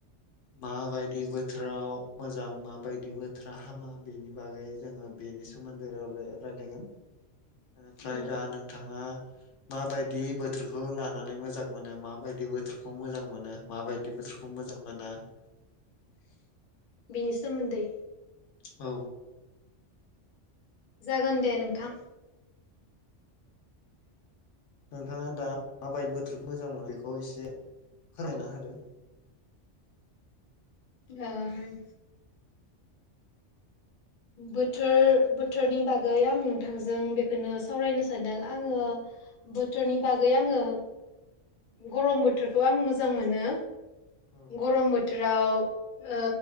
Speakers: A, on the left (about 80°); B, on the left (about 45°).
A: माबायदि बोथोराव मोजां माबायदि बोथोरा हामा बेनि बागै जोङो बेनि सोमोन्दै रायलायगोन ओमफ्राय
B: औ
A: दा नोंथाङा माबायदि बोथोरखौ लानानै मोजां मोनो माबायदि बोथोरखौ मोजां मोनो माबायदि बोथोरखौ मोजां मोना <inaudible>
B: बेनि सोमोन्दै
A: औ
B: जागोन दे नोंथां
A: नोंथाङा दा मा <unintelligible> बोथोरखौ मोजां मोनो बेखौ एसे फोरमायना होदो
B: ओं बोथोर बोथोरनि बागै आं नोंथांजों बेखौनो सावरायनो सानदों आङो बोथोरनि बागै आङो गरम बोथोरखौ आं मोजां मोनो
A: औ
B: गरम बोथोर बोथोराव ओ